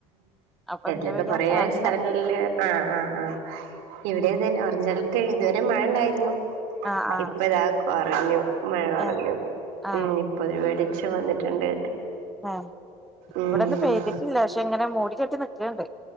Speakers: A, in the centre; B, on the right.
A: അപ്പൊ
B: എല്ലത്ത
A: ഇന്ന് പെയ്യാൻ
B: കൊറേ
A: സാധ്യതണ്ട്
B: സ്ഥലങ്ങളില് ആഹ് ആ ആഹ് ഇവിടെതന്നെ ഓറഞ്ച് അലർട്ട് ഇതുവരെ മഴ ഉണ്ടായിരുന്നു
A: ആഹ് ആഹ്
B: ഇപ്പ ഇതാ കുറഞ്ഞു മഴ കുറഞ്ഞു
A: ഏഹ് ആഹ്
B: ഉ <unintelligible> വന്നിട്ടുണ്ട്.
A: ആ
B: ഉം
A: ഇവിടെന്ന് പെയ്തിട്ടില്ല പക്ഷെ ഇങ്ങനെ മൂടി കെട്ടി നിക്ക്ണ്ട്.